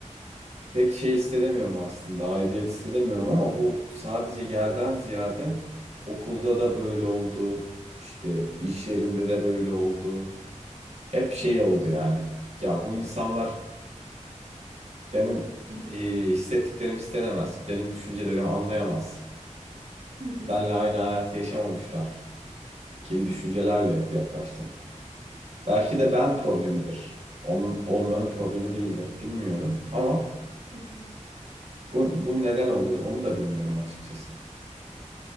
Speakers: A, on the right (about 55°); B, on the right (about 80°).
A: pek şey hissedemiyorum aslında, aidiyet hissedemiyorum ama bu sadece yerden ziyade okulda da böyle oldu, işte iş yerinde de böyle oldu. Hep şey oldu yani. Ya bu insanlar benim
B: hı
A: e, hissettiklerimi hissedemez, benim düşüncelerimi anlayamaz.
B: hı,
A: Benle aynı hayatı yaşamamışlar gibi düşüncelerle hep yaklaştım. Belki de ben problemidir. On, onların problemi değildir. Bilmiyorum ama
B: hı hı.
A: bu, bu neden olur onu da bilmiyorum açıkçası.